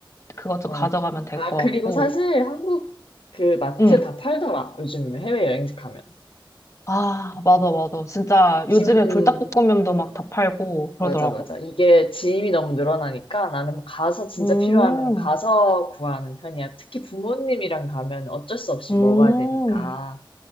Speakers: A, on the left (about 35°); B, on the left (about 80°).
A: 그것 좀
B: 어.
A: 가져가면 될
B: 아,
A: 것
B: 그리고
A: 같고.
B: 사실 한국 그 마트
A: 응.
B: 다 팔더라. 요즘 해외여행지 가면.
A: 아, 맞아, 맞아. 진짜
B: 짐,
A: 요즘에
B: 음,
A: 불닭볶음면도 막 다 팔고
B: 맞아,
A: 그러더라고.
B: 맞아. 이게 짐이 너무 늘어나니까 나는 가서 진짜
A: 음,
B: 필요하면 가서 구하는 편이야. 특히 부모님이랑 가면 어쩔 수 없이
A: 음.
B: 먹어야 되니까.